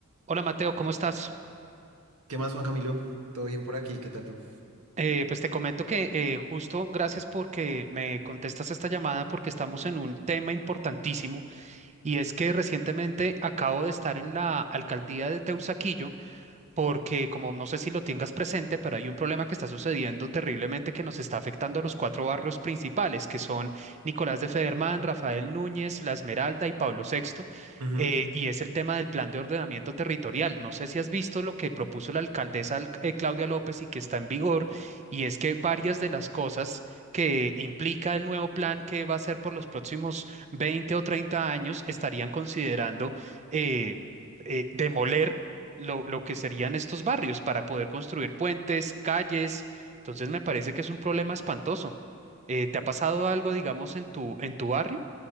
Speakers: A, on the right (about 30°); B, on the right (about 80°).
A: Hola Mateo, ¿cómo estás?
B: ¿Qué más, Juan Camilo? ¿Todo bien por aquí? ¿Qué tal tú?
A: Eh, pues te comento que eh, justo gracias porque me contestas esta llamada porque estamos en un tema importantísimo y es que recientemente acabo de estar en la alcaldía de Teusaquillo porque como no sé si lo tengas presente, pero hay un problema que está sucediendo terriblemente que nos está afectando a los cuatro barrios principales, que son Nicolás de Federman, Rafael Núñez, La Esmeralda y Pablo Sexto
B: Ujú.
A: eh, y es el tema del plan de ordenamiento territorial. No sé si has visto lo que propuso la alcaldesa eh, Claudia López y que está en vigor, y es que varias de las cosas que implica el nuevo plan que va a ser por los próximos 20 o 30 años estarían considerando eh, eh, demoler lo, lo que serían estos barrios para poder construir puentes, calles. Entonces me parece que es un problema espantoso. Eh, ¿te ha pasado algo, digamos, en tu, en tu barrio?